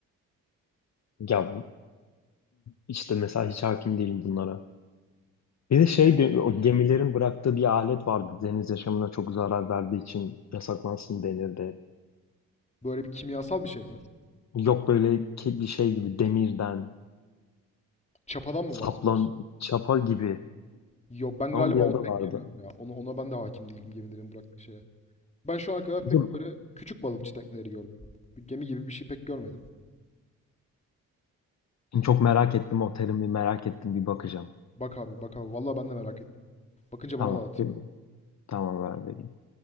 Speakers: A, on the left; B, on the left.
A: Ya bu- işte mesela hiç hakim değilim bunlara. Bir de şeydi, o gemilerin bıraktığı bir alet vardı deniz yaşamına çok zarar verdiği için yasaklansın denirdi.
B: Böyle bir kimyasal bir şey mi?
A: Yok böyle ki- bir şey gibi demirden,
B: Çapadan mı
A: saplan,
B: bahsediyorsun?
A: çapa gibi
B: Yok ben
A: ama
B: galiba
A: bir
B: onu
A: adı
B: pek
A: vardı.
B: bilmiyorum ya. Onu, ona ben de hakim değilim gemilerin bıraktığı şeye. Ben şu ana kadar
A: Dur,
B: pek böyle küçük balıkçı tekneleri gördüm. Bir gemi gibi bir şey pek görmedim.
A: şimdi çok merak ettim o terimi merak ettim bir bakacağım.
B: Bak abi bak abi. Vallahi ben de merak ettim. Bakınca
A: Tamam,
B: bana da at.
A: tamam ver vereyim.